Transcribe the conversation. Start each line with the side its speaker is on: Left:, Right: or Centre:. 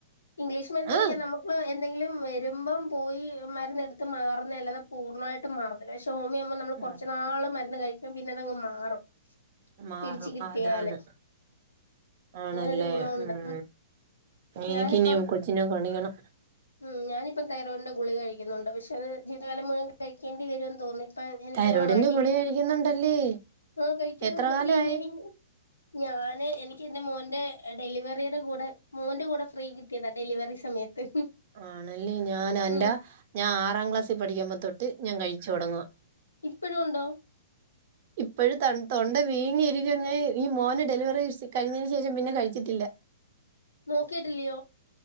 Left: ഇംഗ്ലീഷ് മരുന്നണെങ്കി
Right: ആഹ്
Left: നമുക്ക് എന്തെങ്കിലും വരുമ്പം പോയി മരുന്നെടുത്ത് മാറുന്ന അല്ലാതെ. പൂർണ്ണമായിട്ടും മാറന്നില്ല പക്ഷെ ഹോമിയുമോം നമ്മൾ
Right: മാറും
Left: കുറച്ച നാള് മരുന്ന് കഴിക്കുമ്പോ പിന്നെ അതങ്ങ് മാറും.
Right: മാറും
Left: പിടിച്ച് കിട്ടിയാല്
Right: അതാണ് ആണല്ലേ
Left: അതൊരു ഗുണമുണ്ട്
Right: ഉം എനിക്ക്
Left: ഞാനിപ്പം
Right: നി കൊച്ചിനെ കാണി ക്കണം.
Left: ഉം ഞാനിപ്പം തൈറോയിടി ന്റെ ഗുളിക കഴി ക്കുന്നുണ്ട്. പക്ഷെ അത് ജീവിതകാലം മുഴുവൻ കഴിക്കേണ്ടി വരുന്ന് തോന്നി. അ എനിക്കങ്ങ്
Right: തൈറോയിഡിന്റെ
Left: മടി
Right: ഗുളിക കഴിക്കുന്നുണ്ടല്ലേ
Left: ആ കഴിക്കുന്നുണ്ട്
Right: എത്ര കാലമായി
Left: വീങ്ങി വീങ്ങി. ഞാന് എനിക്ക് എന്റെ മോന്റെ ഡെലിവറിയുടെ കൂടെ മോന്റെ കൂടെ. ഫ്രീ കിട്ടിയതാ ഡെലിവറി സമയത്ത്.
Right: ആണല്ലേ ഞാൻ എന്റെ
Left: ഉം
Right: ഞാൻ ആറാം ക്ലാസ്സിൽ പഠിക്കുമ്പോ തൊട്ട് ഞാൻ കഴിച്ചു തുടങ്ങുവ.
Left: ഇപ്പഴും ഒണ്ടൊ?
Right: ഇപ്പഴും തൺ തൊണ്ട വീങ്ങിയിരിക്കുന്നെ. ഈ മോനെ ഡെലിവറി സ് കഴിഞ്ഞേന് ശേഷം പിന്നെ കഴിച്ചിട്ടില്ല.
Left: നോക്കിട്ടില്യോ?